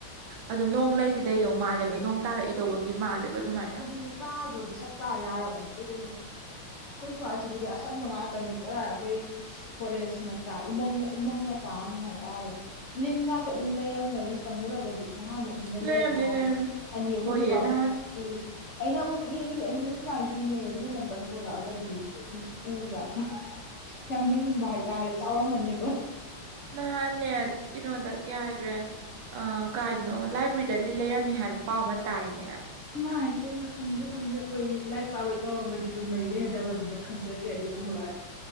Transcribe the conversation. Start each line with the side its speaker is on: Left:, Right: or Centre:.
Right: ꯑ ꯅꯣꯡ ꯂꯩꯗꯤ ꯂꯩꯗꯧ ꯃꯥꯜꯂꯦꯕ ꯅꯣꯡ ꯇꯥꯔꯛꯏꯗꯧꯕꯒꯤ ꯃꯥꯜꯂꯦꯕ ꯑꯗꯨꯃꯥꯏꯅ
Left: ꯑꯗꯨꯗꯤ ꯇꯥꯗꯣꯗꯤ ꯁꯞ ꯇꯥ ꯌꯥꯔꯕꯅ ꯀꯩꯗꯅꯣ ꯈꯦ ꯀꯩꯁꯨ ꯍꯥꯏꯏ ꯁꯤꯕꯨꯗꯤ ꯑꯁꯪꯕ ꯉꯥꯛꯇꯅꯤ ꯄꯨꯔꯥ ꯑꯩꯈꯣꯏ ꯐꯣꯔꯦꯁ ꯃꯆꯥ ꯎꯃꯪ ꯎꯃꯪ ꯃꯆꯥ ꯑꯃ ꯍꯥꯏꯇꯥꯔꯦ ꯂꯤꯟ ꯉꯁꯨ ꯑꯗꯨꯝ ꯂꯩꯔꯝꯒꯅꯤ ꯆꯪꯉꯨꯔꯒꯗꯤ ꯅꯍꯥꯟ ꯅꯣꯛꯅꯤꯅ
Right: ꯂꯩꯔꯝꯅꯤ
Left: ꯂꯩꯒ ꯍꯥꯏ
Right: ꯂꯩꯔꯝꯅꯤ
Left: ꯑꯅꯤ ꯑꯍꯨꯝꯃꯨꯛꯀ
Right: ꯍꯣꯏꯌꯦ ꯅꯍꯥꯟ
Left: ꯑꯩ ꯑꯩꯅ ꯑꯃꯨꯛꯨꯛ ꯌꯦꯡꯉꯤꯗꯦ ꯑꯩꯅ ꯁꯨꯃꯥꯏꯅ ꯌꯦꯡꯉꯦꯗ ꯅꯦꯟ ꯑꯃꯝꯇꯪ ꯊꯣꯛꯂꯛꯑꯒꯗꯤ ꯁꯦ ꯁꯨꯝ ꯎꯕ꯭ꯔꯥ ꯌꯥꯝ ꯌꯦꯡꯅꯤꯡꯕ ꯍꯥꯏꯇꯥꯔꯦ ꯆꯥꯎꯔꯃꯅꯦꯕ
Right: ꯅꯍꯥꯟꯅꯦ ꯀꯩꯅꯣꯗ ꯀꯌꯥ ꯍꯥꯏꯈ꯭ꯔꯦ ꯑ ꯀꯥꯏꯅꯣ ꯂꯥꯏꯕ꯭ꯔꯦꯔꯤꯗ ꯂꯤ ꯂꯩꯔꯝꯃꯤ ꯍꯥꯏꯕ ꯄꯥꯎ ꯑꯃ ꯇꯥꯏꯅꯦ
Left: ꯃꯥ ꯍꯥꯏꯐꯦ ꯃꯥ ꯈꯪꯗꯦ ꯈꯪꯗꯦ ꯑꯩꯈꯣꯏ ꯂꯥꯏꯔꯤꯛ ꯄꯥꯕꯒꯤ ꯊꯧꯔꯝꯒꯗꯤ ꯑꯩꯈꯣꯏ ꯃꯔꯤ ꯂꯩꯅꯗꯕꯅꯤꯅ ꯈꯪꯖꯗ꯭ꯔꯦ ꯑꯗꯨꯒꯨꯝꯕꯒꯗꯤ